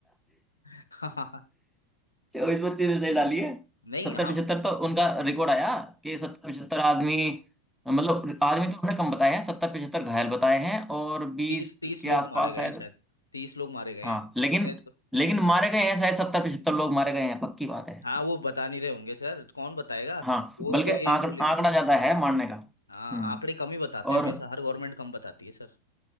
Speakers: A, on the left; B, in the centre.
A: <laughs> हाँ
B: चौबीस पच्चीस मिसाइल डाली है
A: नहीं
B: सत्तर
A: हम
B: पिछहत्तर तो उनका रिकॉर्ड आया कि सत्तर पिछहत्तर आदमी मतलब आदमी तो उन्होंने कम बताए हैं सत्तर पिछहत्तर घायल बताए हैं और बीस
A: तीस तीस
B: के
A: लोग
B: आसपास
A: मारे गए
B: शायद
A: हैं शायद तीस लोग मारे गए
B: हाँ
A: हैं
B: लेकिन
A: मैंने तो
B: लेकिन मारे गए हैं शायद सत्तर पिछहत्तर लोग मारे गए हैं पक्की बात है
A: हाँ वो बता नहीं रहे होंगे सर कौन बताएगा
B: हाँ
A: वो
B: बल्कि
A: तो यही
B: आंक
A: बोलेंगे
B: आंकड़ा
A: ना
B: ज्यादा है मारने का
A: हाँ
B: हम्म
A: आंकड़े कम ही बताते
B: और
A: हैं हमेशा हर गवर्नमेंट कम बताती है सर